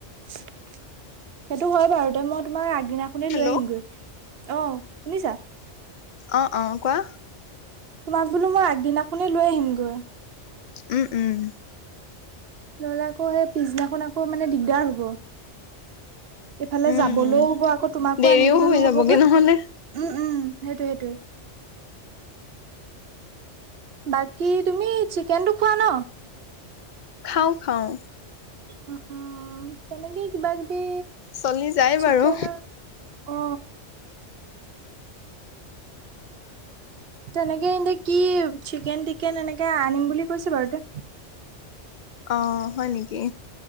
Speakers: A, on the right (about 60°); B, on the left (about 60°).
A: সেইটো হয় বাৰু দে, মই তোমাক আগদিনাখনেই
B: হেল্ল'
A: লৈ আহিমগৈ। অ', শুনিছা?
B: অ', অ', কোৱা।
A: তোমাক বোলো মই আগদিনাখনেই লৈ আহিমগৈ।
B: উম, উম।
A: নহলে আকৌ সেই পিছদিনাখন আকৌ মানে দিগদাৰ হব ইফালে
B: উম
A: যাবলৈও হ'ব আকৌ তোমাকো
B: দেৰিও
A: আনিবলৈ
B: হৈ
A: নহবগৈ
B: যাবগে নহলে
A: উম উম সেইটোয়ে সেইটোয়ে বাকী তুমি চিকেনটো খোৱা ন
B: খাওঁ খাওঁ
A: উম উম তেনেকে কিবা কিবি
B: চলি যায়
A: চিকেন
B: বাৰু
A: অ তেনেকে এহেতি কি চিকেন টিকেন এনেকে আনিম বুলি কৈছে বাৰু এতিয়া
B: অ হয় নেকি